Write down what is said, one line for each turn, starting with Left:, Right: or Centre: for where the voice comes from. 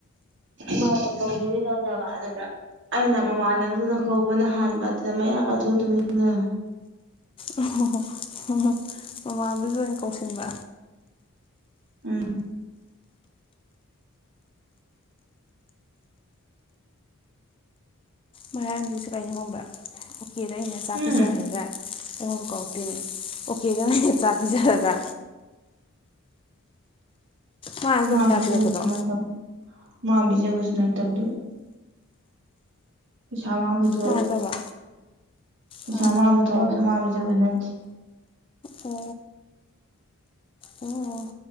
Right: ꯃꯥ ꯇꯗꯤ ꯇꯧꯖꯕ ꯑꯗꯨꯗ ꯑꯩꯅ ꯃꯃꯥꯟꯅꯕꯗꯨꯗ ꯀꯧꯕꯅ ꯍꯥꯟꯕ ꯑꯗꯨꯗ ꯃꯌꯥ ꯀꯥꯊꯣꯛꯑ ꯇꯨꯃꯤꯟ ꯂꯩ꯫
Left: ꯑꯣ ꯑꯍꯣ ꯃꯃꯥꯡꯗꯨꯗꯥ ꯑꯣꯏꯅ ꯀꯧꯁꯤꯟꯕ꯫
Right: ꯎꯝ
Left: ꯃꯔꯝꯗꯨ ꯁꯨ ꯀꯥꯏꯅ ꯈꯪꯕ꯭ꯔ ꯑꯣꯀꯦꯗ ꯑꯩꯅ ꯆꯥꯛ
Right: ꯎꯝ
Left: ꯄꯤꯖꯈ꯭ꯔꯍꯒ? ꯑꯩꯉꯣꯟꯗ ꯀꯧꯔꯛꯇꯦꯅꯦ ꯑꯣ ꯀꯦꯗꯑꯩꯅ ꯆꯥꯛ ꯄꯤꯖꯔꯒ ꯃꯥꯅ
Right: <unintelligible>
Left: ꯅꯠꯇ꯭ꯔꯣ ꯄꯩꯁꯥ ꯄꯤꯔꯛꯄꯗꯣ
Right: ꯄꯩꯁꯥ ꯃ ꯄꯨꯊꯣꯛꯑꯁꯨ
Left: ꯃꯥ ꯅꯠꯇꯕ꯭ꯔꯥ
Right: ꯄꯩꯁꯥ
Left: ꯑꯣ
Right: ꯃꯥ ꯄꯨꯊꯣꯛꯑꯁꯨ ꯃꯥꯥ ꯕꯤꯖꯕ ꯅꯠꯇꯦ꯫
Left: ꯑꯣ ꯑꯣ ꯑꯣ